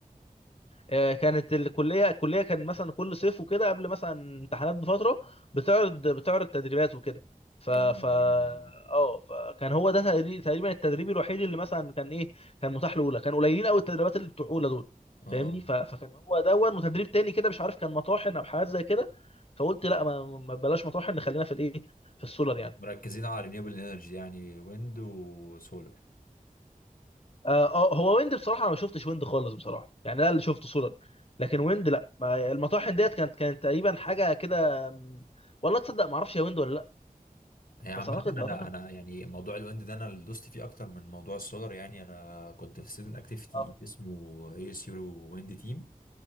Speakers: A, on the left; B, on the left.
A: آه، كانت الكليه الكليه كان مثلا كل صيف وكده قبل مثلا امتحانات بفتره بتعرض بتعرض تدريبات وكده ف
B: آه
A: ف
B: يعني-
A: اه فكان هو ده تقري- تقريبا التدريب الوحيد اللي مثلا كان ايه كان متاح لاولى كان قليلين قوي التدريبات اللي بتوع اولى دول
B: آه
A: فاهمني
B: آه.
A: ف... فكان هو دون وتدريب تاني كده مش عارف كان مطاحن او حاجات زي كده فقلت لا ما ما بلاش مطاحن خلينا في الايه في السولر يعني
B: مركزين على رينيوبل انرجي يعني ويند وسولر
A: آه آه، هو ويند بصراحه انا ما شفتش ويند خالص بصراحه يعني ده اللي شفته صوره لكن ويند لا ما المطاحن ديت كانت كانت تقريبا حاجه كده م، والله تصدق ما اعرفش هي ويند ولا لا
B: هي عامة
A: بس اعتقد
B: أنا
A: اعتقد
B: أنا يعني موضوع الويند ده أنا اللي دوست فيه أكتر من موضوع السولر يعني أنا كنت في ستودنت أكتيفيتي
A: اه
B: اسمه ASU ويند تيم